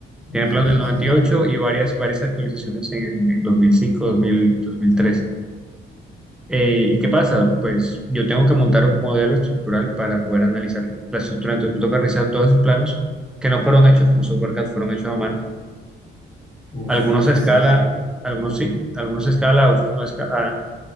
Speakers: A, in the centre; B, on the left.
A: Tiene
B: o sea,
A: planos
B: eso
A: del
B: está...
A: noventa y ocho y varias, varias actualizaciones en, el- en 2005, 2000, 2003. Eh, ¿y qué pasa? Pues yo tengo que montar un modelo estructural para poder analizar la estructura. Entonces me toca revisar todos esos planos que no fueron hechos con software CAD, fueron hechos a mano.
B: Uf,
A: Algunos
B: en
A: a escala,
B: serio.
A: algunos sí, algunos a escala, otros no, a esca- ah,